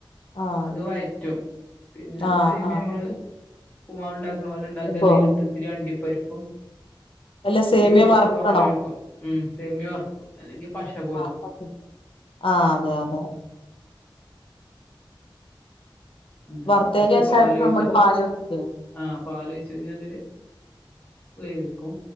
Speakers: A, on the left; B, on the left.
A: ആഹ്
B: അത് വയറ്റും പിന്നെ
A: ആഹ്
B: സേമിയം
A: ആഹ്
B: ഇമ്മള് ഉപ്പുമാവ് ഇണ്ടാക്ക പോലെ ഇണ്ടാക്കാ അതീല്
A: ഓ
B: ഇട്ട് ഇത്തിരി അണ്ടിപ്പരിപ്പും
A: അല്ല
B: ഇത്തിരി
A: സേമിയ
B: കൊർച്ച്
A: വറക്കണോ
B: പാലൊയിക്കും ഉം സേമിയാേ വർക്കും അല്ലെങ്കി പശപോ
A: ആഹ് പശേ ആഹ് അതെ അതെ
B: <unintelligible>
A: വറുത്തേന്റെ
B: കൊർച്ച്
A: ശേഷായിരിക്കും
B: പാലൊയിച്ചിട്ട്
A: നമ്മൾ പാല് ഒഴിക്കല്
B: ആഹ് പാലൊയിച്ച്‌ ഇനി അതില് വേവിക്കും